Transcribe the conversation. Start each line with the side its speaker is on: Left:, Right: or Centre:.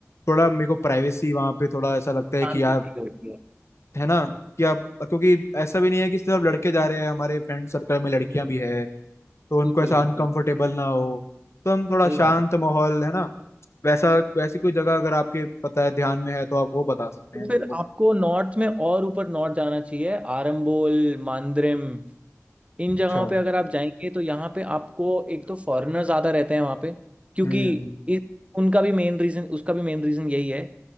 Left: थोड़ा मेरे को प्राइवेसी वहां पे थोड़ा ऐसा लगता है
Right: शांति
Left: कि आप
Right: फील होती है
Left: है ना कि आप क्योंकि ऐसा भी नहीं है कि सिर्फ लड़के जा रहे हैं हमारे फ्रेंड सर्कल में लड़कियां भी है तो उनको
Right: बिल्कुल
Left: ऐसा
Right: बिल्कुल
Left: अनकंफर्टेबल ना हो तो हम थोड़ा
Right: सही बात
Left: शांत
Right: है
Left: माहौल है ना वैसा वैसी कोई जगह अगर आपके पता है ध्यान में है तो आप वो बता सकते
Right: तो
Left: हैं मेरे
Right: फिर
Left: को
Right: आपको नॉर्थ में और ऊपर नॉर्थ जाना चाहिए आरंबोल मांद्रेम इन
Left: अच्छा
Right: जगहों पे अगर आप जाएंगे तो यहाँ पे आपको एक तो फॉरेनर ज्यादा रहते हैं वहाँ पे क्योंकि
Left: हम्म
Right: इस उनका भी मेन रीजन उसका भी मेन रीजन यही है